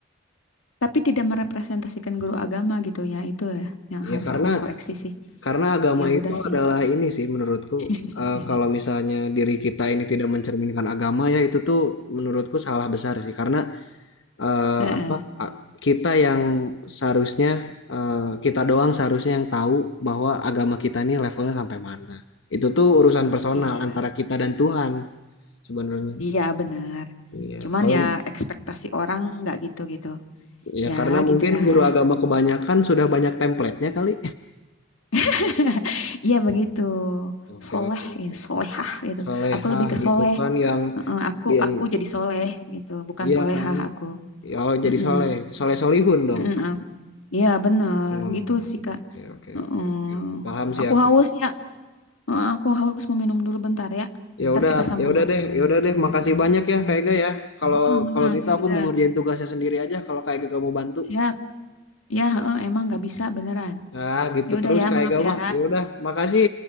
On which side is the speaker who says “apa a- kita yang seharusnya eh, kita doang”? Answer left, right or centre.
Left